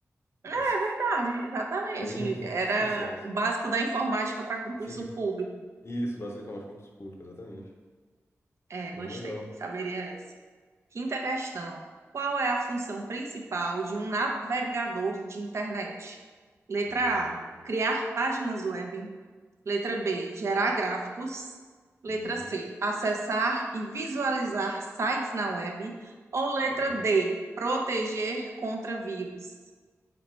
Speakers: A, on the right (about 60°); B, on the left (about 55°).
A: É
B: Essa,
A: verdade, exatamente.
B: cairia em concurso
A: Era
B: essa.
A: o básico da informática para concurso
B: Sim,
A: público.
B: isso, basta informar de concurso público, exatamente.
A: É,
B: Muito
A: gostei.
B: legal.
A: Saberia essa. Quinta questão. Qual é a função principal de um navegador de internet? Letra
B: Hum,
A: A, criar páginas web. Letra B, gerar gráficos. Letra
B: hum,
A: C, acessar e visualizar sites na web. Ou letra
B: tá.
A: D, proteger contra vírus.